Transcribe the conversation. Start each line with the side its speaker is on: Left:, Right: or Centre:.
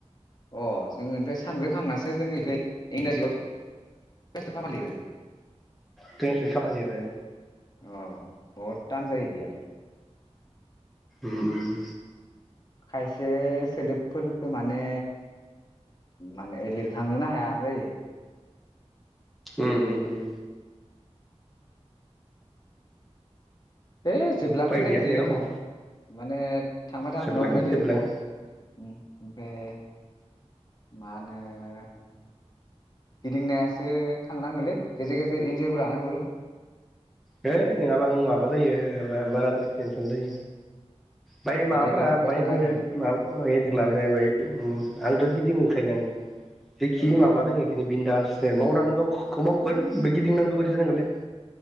Left: अ जोङो ओमफ्राय साग्रोखांनासो जों बेखौ इंराजियावथ' लिरो
Centre: ट्रेन्सलेट खालामनानै लिरो
Left: अ बहुद दान जायो इदिया
Centre: ओम ओम
Left: खायसे सोदोबफोरखौ माने माने लिरखांनोनो हाया जायो
Centre: ओम ओम ओम
Left: है जोबलांगोन दे
Centre: गैया
Left: बिदिनो
Centre: नै रखम
Left: माने थांबाय था
Centre: जोबलाङो
Left: नरमेलि
Centre: जोबलाङो
Left: ओमफ्राय मा होनो गिदिंनायासो थांनांगोनलै गेजेर गेजेर इन्जयबो लानांगौो
Centre: है नङाबा आं माबा जायो बाराद्राय तेनसन जायो बाय
Left: हेदेक
Centre: माबाफ्रा
Left: लाबाय
Centre: बाय
Left: थानाङा
Centre: माबाखौ
Left: बेफोरखौ
Centre: लाबोबाय आंथ' गिदिङो खादों जेखि
Left: उम
Centre: माबादों इदिनो बिन्दास मावनांगौखौ मावगोन गिदिंनांगौबा बोरै जानांगोन लै